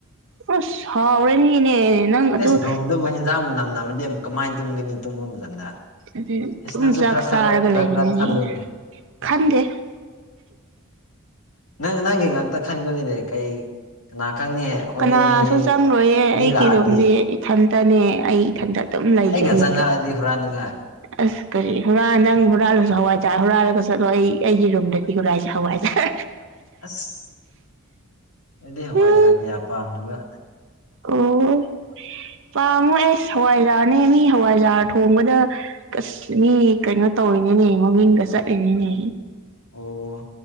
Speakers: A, on the right; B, on the left.
A: ꯑꯣ ꯍꯥꯎꯔꯅꯤꯅꯦ ꯅꯪ ꯑꯗꯨ
B: ꯑꯦꯁ ꯔꯨꯝꯗꯕꯨ ꯍꯦꯟꯖꯥꯡ ꯃꯅꯝ ꯅꯕꯗꯤ ꯀꯃꯥꯏꯅ ꯇꯨꯝꯒꯅꯤ ꯇꯨꯝꯐꯝꯝꯗꯟꯗ
A: ꯑꯗꯨꯝ
B: ꯏꯁ ꯅꯪꯁꯨ
A: ꯆꯥꯛ
B: ꯈꯔ ꯈ
A: ꯆꯥꯔꯒ
B: ꯈꯔ
A: ꯂꯩꯕꯅꯤꯅꯦ
B: ꯈꯔ ꯈꯜꯂꯨꯅꯦ
A: ꯈꯟꯗꯦ
B: ꯅꯪ ꯅꯪ ꯏ ꯉꯥꯛꯛꯇ ꯈꯅꯤꯡꯒꯅꯤꯅꯦ ꯀꯩ ꯀꯅꯥ ꯈꯪꯅꯤ ꯍꯣꯔꯦꯟ
A: ꯀꯅꯥꯁꯨ
B: ꯍꯌꯦꯡ
A: ꯆꯪꯪꯂꯣꯏꯌꯦ
B: ꯃꯤ
A: ꯑꯩꯒꯤ
B: ꯂꯥꯛꯑꯗꯤ
A: ꯔꯨꯝꯗꯤꯦ ꯏꯊꯟꯇꯅꯦ ꯑꯩ ꯏꯊꯟꯇ ꯑꯗꯨꯝ ꯂꯩꯒꯅꯤꯒ
B: ꯑꯩꯒ ꯆꯪꯉꯛꯑꯗꯤ ꯍꯨꯔꯥꯟꯅꯤꯡꯉꯥꯏ
A: ꯑꯁ ꯀꯔꯤ ꯍꯨꯔꯥꯟ ꯅꯪ ꯍꯨꯔꯥꯜꯂꯁꯨ ꯍꯋꯥꯏꯖꯔ ꯍꯨꯔꯥꯜꯂꯒ ꯆꯠꯂꯣ ꯑꯩ ꯑꯩꯒꯤ ꯔꯨꯝꯗꯗꯤ ꯍꯨꯔꯥꯏꯁꯦ ꯍꯋꯥꯏꯖꯔ
B: ꯑꯁ ꯑꯩꯗꯤ ꯍꯋꯥꯏꯖꯥꯛ
A: ꯎꯝ
B: ꯀꯌꯥ ꯄꯥꯝꯅꯕ
A: ꯑꯣ ꯄꯥꯃꯨ ꯑꯦꯁ ꯍꯋꯥꯏꯖꯥꯅꯦ ꯑꯃꯤ ꯍꯋꯥꯏꯖꯥꯎ ꯊꯣꯡꯕꯗ ꯑꯁ ꯃꯤ ꯀꯩꯅꯣ ꯇꯧꯔꯤꯅꯤꯅꯦ ꯃꯃꯤꯡꯒ ꯆꯠꯂꯤꯅꯤꯅꯦ
B: ꯑꯣ